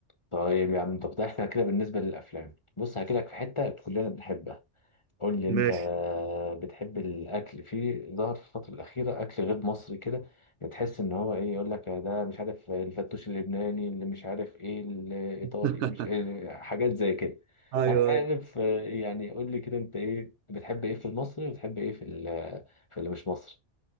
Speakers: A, on the left; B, on the right.
A: طيب يا عم طب ده احنا كده بالنسبه للافلام بص هحكي لك في حته كلنا بنحبها قول لي انت
B: ماشي
A: بتحب الاكل في ظهر في الفتره الاخيره اكل غير مصري كده بتحس ان هو ايه يقول لك ده مش عارف الفتوش اللبناني اللي مش عارف ايه الايطالي
B: <laughs>
A: مش إيه حاجات زي كده
B: ايوه
A: انا عارف
B: ايوه
A: آه، يعني قول لي كده انت ايه بتحب ايه في المصري وبتحب ايه في ال- في اللي مش مصري